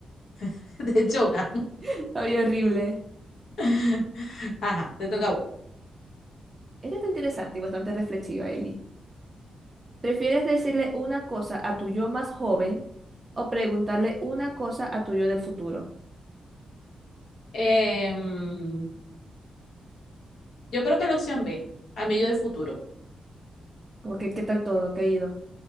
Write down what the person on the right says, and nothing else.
<laughs> Ay, horrible.
Esta está interesante y bastante reflexiva, Eli. ¿Prefieres decirle una cosa a tu yo más joven o preguntarle una cosa a tu yo del futuro?
como que ¿qué tal todo? ¿Qué ha ido?